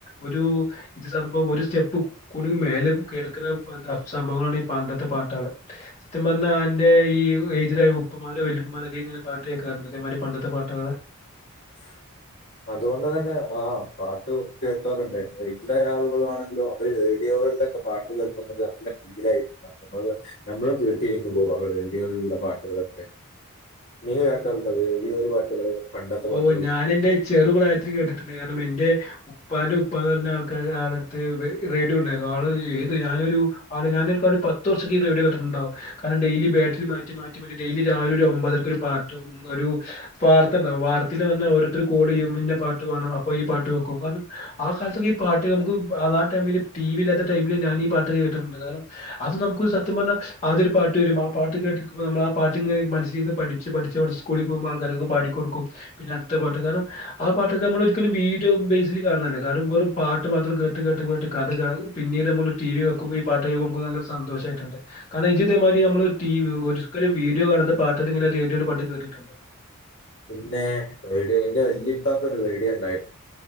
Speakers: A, on the left (about 30°); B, on the left (about 55°).
A: ഒരു ഇത് സംഭവം ഒരു സ്റ്റെപ്പ് കൂടുല് മേലേ കേൾക്കണ സംഭവങ്ങളാണ് ഈ പണ്ടത്തെ പാട്ടുകൾ സത്യം പറഞ്ഞാ എന്റെ ഈ എഏജ്ടായ ഉപ്പമാരോ വലുപ്പമാരൊക്കെ അനെ പാട്ട് കേൾക്കാറുണ്ട് ഇതേമാതിരി പണ്ടത്തെ പാട്ടുകള്
B: <unintelligible> അതുകൊണ്ട് തന്നെ ആ പാട്ട് കേക്കാറുണ്ട് ഏജ്ഡ് ആളുകളാണെങ്കിലും അവര്ട രീതിയാ <unintelligible> ഒക്കെ പാട്ട് കേൾക്കുന്നത് നല്ല ഫീലായി നമ്മ നമ്മൾ കേട്ടിരുന്നു പോം <unintelligible> പാട്ടുകളൊക്കെ നീ കേക്ക ലുണ്ടോ റേഡിയോയിലെ പാട്ടുകൾ പണ്ടത്തെ പാട്ട്
A: പം ഞാൻ എന്റെ ചെറു പ്രായത്തിൽ കേട്ടിട്ടുണ്ട് കാരണം എൻറെ ഉപ്പാന്റെ ഉപ്പാന്ന് പറഞ്ഞ ആൾക്കാര് ആളടുത്ത് റേഡിയോ ഉണ്ടായിരുന്നു ആള് ഏത് ഞാനൊരു ആള് ഞാനൊരു ഒരു പത്ത് വർഷൊക്കെ ഈ റേഡിയോ കേട്ടിട്ട്ണ്ടാവും കാരണം ഡെയിലി ബാറ്ററി മാറ്റി മാറ്റി മാറ്റി ഡെയിലി രാവില ഒരു ഒമ്പതരക്കൊരു ഒരു പാട്ട് ഒരു വാർ വാർത്തിൽ വന്ന ഓരോരുത്തർ കോൾ ചെയ്യും ഇന്ന പാട്ട് വേണം അപ്പ ഈ പാട്ട് വെക്കും കാരണം ആ കാലത്തൊക്കെ പാട്ട് നമുക്ക് ആ ടൈമില് ടി വി ഇല്ലാത്ത ടൈമില് ഞാൻ ഈ പാട്ടൊക്കെ കേട്ടിട്ടുണ്ട് കാരണം അത് നമുക്കൊരു സത്യം പറഞ്ഞാ അതൊരു പാട്ട് വരും ആ പാട്ട് കേൾകുമ്പോൾ നമ്മൾ പാട്ടിങ്ങന മനസ്സില് പഠിച്ച് പഠിച്ച് നമ്മ സ്കൂളിൽ പോക്മ്പോൾ ആൾക്കാരൊക്കെ പാടി കൊടുക്കും പിന്നെ അടുത്ത പാട്ട് കാരണം ആ പാട്ടൊക്കെ നമ്മൾ ഒരിക്കലും വീഡിയോ ബേസിക് കാണണല്ല കാരണം വെറും പാട്ടും മാത്രം കേട്ട് കേട്ട് കേട്ട് കഥ കേൾ പിന്നീട് നമ്മ ടി വി വെക്കുമ്പോ ഈ പാട്ട് കേക്മ്പോ നല്ല സന്തോഷമായിട്ടൊണ്ട് കാരണം അതിത് മാതിരി നമ്മൾ ടി വി ഒരിക്കലും വീഡിയോ കാണുന്ന പാട്ടത് ഇങ്ങനെ റേഡിയോയിൽ പണ്ട് കേട്ടിട്ടുണ്ട്
B: പിന്നെ റേഡിയോന്റെ വല്യപ്പാക്കൊരു റേഡിയോണ്ടായിരുന്നു